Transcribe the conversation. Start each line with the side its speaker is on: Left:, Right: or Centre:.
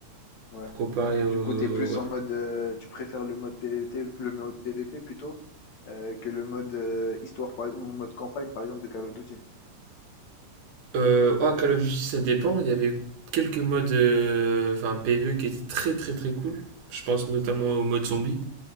Left: Ouais.
Right: comparé
Left: Et
Right: au.
Left: du coup, t'es plus
Right: Ouais.
Left: en mode, euh, tu préfères le mode PVT, le mode PVP plutôt euh, que le mode euh, histoire par, ou mode campagne par exemple de Call of Duty.
Right: Euh, oh, Call of Duty, ça dépend. Il y avait quelques modes, euh, enfin PvE, qui étaient très très très cool. Je pense notamment au mode zombie.